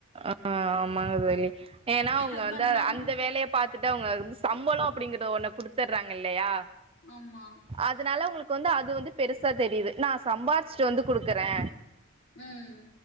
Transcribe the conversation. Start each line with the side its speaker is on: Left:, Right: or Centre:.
Right: ஆஹ் ஆமாங்க சொல்லி ஏன்னா ஆமாங்க தோழி
Left: என்
Right: அவங்க
Left: ஹஸ்பண்ட்லா
Right: வந்து அந்த வேலையை பார்த்துட்டு அவங்க வந்து சம்பளம் அப்படிங்கறத ஒண்ண குடுத்துறாங்க இல்லையா
Left: ஆமா
Right: அதுனால ஒங்களுக் கு வந்து அது வந்து பெருசா தெரிது நா சம்பாரிச்சுட்டு வந்து குடுக்குறே
Left: ம்